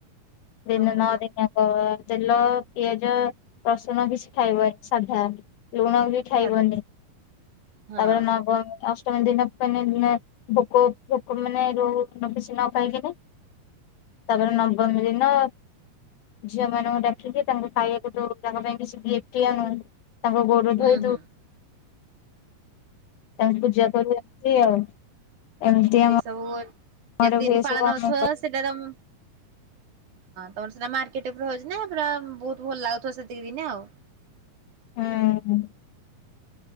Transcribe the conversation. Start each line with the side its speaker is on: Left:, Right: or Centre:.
Left: ଦିନେ
Right: ଓହୋ
Left: ନ ଦିନ ଆ କ ତେଲ ପିଆଜ ରସୁଣ ବି ସେ ଖାଇବନ ସାଧା ଲୁଣ ବି ଖାଇବନି
Right: ସାଧା ହଁ
Left: ତାପରେ ମାଗ ଅଷ୍ଟମୀ ଦିନ ମାନେ ଭୋକ ଭୋକ ମାନେ ରହୁ କିଛି ନ ଖାଇକନା ତାପରେ ନବମୀ ଦିନ ଝିଅ ମାନଙ୍କୁ ଡାକିକି ତାଙ୍ଗ ଖାଇକୁ ତୁ ତାଙ୍କ ପାଇଁ କି ଗିଫ୍ଟି ଆଣୁ ତାଙ୍କ ଗୋର
Right: ହୁଁ
Left: ଧୋଇ
Right: ହୁଁ
Left: ଦଉ ତାଙ୍କୁ ପୂଜା କର ଆଛି ଆଉ। ଏମିତି
Right: ସେ
Left: ଆମ
Right: ସବୁ ଯେ
Left: ଘରେ
Right: ତିନି
Left: ହୁଏ
Right: ପାଳନ
Left: ସବୁ ଆମେ
Right: ହଉଥିବା
Left: ହୁଁ
Right: ସେଟାର ହଁ ତମର ସେଟା ମକେଟ ଉପ ହଉଛି ନା ପୁରା ବହୁତ ଭଲ ଲାଗୁିବ ସେତିକି ବି ଆଉ
Left: ହଁ।